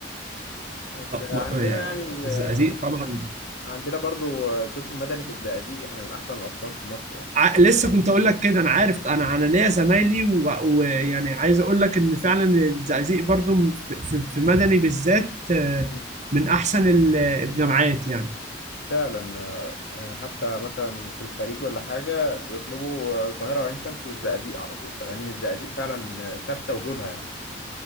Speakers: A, on the left; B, on the right.
A: بس
B: آه،
A: عندنا
B: ما- يعني
A: يعني
B: الزقازيق
A: آه،
B: طبعا
A: عندنا برضو آه، قسم مدني في الزقازيق يعني من احسن الاقسام في مصر
B: ع- لسه كنت اقول لك كده انا عارف انا انا ليا زمايلي و- ويعني عايز اقول لك ان فعلا الزقازيق برضو في, في في مدني بالذات آه،
A: يعني
B: من احسن ال- الجامعات يعني
A: فعلا آه، يعني حتى مثلا في الخليج ولا حاجة بيطلبوا القاهرة وعين شمس والزقازيق على طول فلأن الزقازيق فعلا ثابتة وجودها يعني